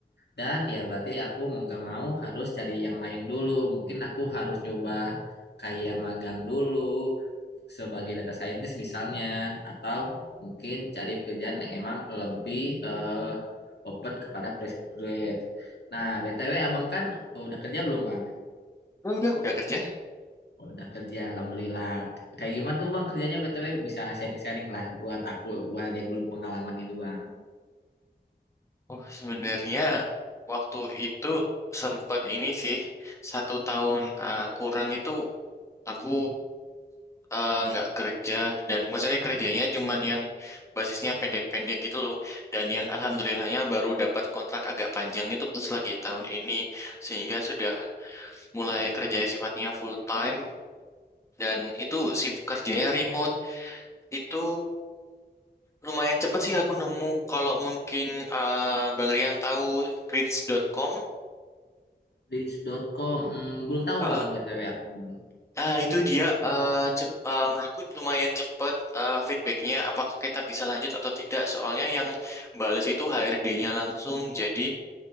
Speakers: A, on the left; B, on the left.
A: dan ya berarti aku mau gak mau harus cari yang lain dulu mungkin aku harus nyoba kayak magang dulu sebagai data scientist misalnya atau mungkin cari pekerjaan yang emang lebih eh, open kepada fresh graduate. Nah, BTW abang kan udah kerja belum, Bang?
B: Udah, udah, udah kerja?
A: Udah kerja, alhamdulillah. Kayak gimana tuh bang kerjanya BTW bisa sharing-sharing lah buat aku, buat yang belum pengalaman ini bang.
B: Oh, sebenarnya waktu itu sempat ini sih, satu tahun uh, kurang itu aku uh, nggak kerja. Dan maksudnya kerjanya cuman yang basisnya pendek-pendek gitu loh. Dan yang alhamdulillahnya baru dapat kontrak agak panjang itu pas lagi tahun ini. Sehingga sudah mulai kerja sifatnya full time. Dan itu shift kerjanya remote. Itu Lumayan cepet sih aku nemu kalau mungkin eh, Bang Rian tahu grids.com.
A: Leads.com, hmm, belum tahu
B: Heeh.
A: bang BTW aku bang.
B: Nah, itu dia eh, cep, eh, menurutku lumayan cepet eh, feedbacknya apakah kita bisa lanjut atau tidak. Soalnya yang bales itu HRD-nya langsung, jadi